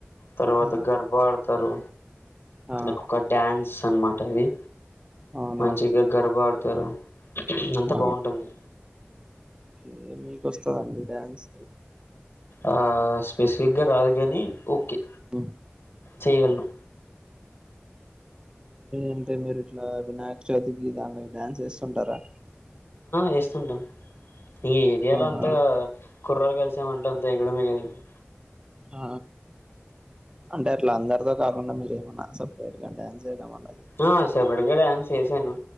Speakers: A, on the left; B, on the right.
A: తర్వాత
B: ఆ
A: గర్భ ఆడతారు
B: ఆ
A: ఇకు ఒక డ్యాన్స్ అనమాట ఇది
B: అవునవును
A: మంచిగా గర్వ ఆడతారు అంతా
B: ఆ
A: బాగుంటుంది
B: ఓకే మీకు వస్తదండి డాన్స్
A: ఆ స్పెసిఫిక్గా రాదు కానీ ఓకే
B: అది
A: చేయ్యగలను
B: అంటే మీరు ఇట్లా వినాయక చవితికి దా డ్యాన్స్ వేస్తుంటారా.
A: వేస్తుంటాం ఇంక ఏరియాలో
B: అవునా
A: అంత కుర్రాలు కలిసామంటే అంత ఎగడమే కద ఇంకా.
B: ఆ అంటే అట్లా అందరితో కాకుండా మీరు ఏమన్నా సపరేట్ గా డాన్ చేయడం వల్
A: ఆ సేబడుగాడ అసేసేను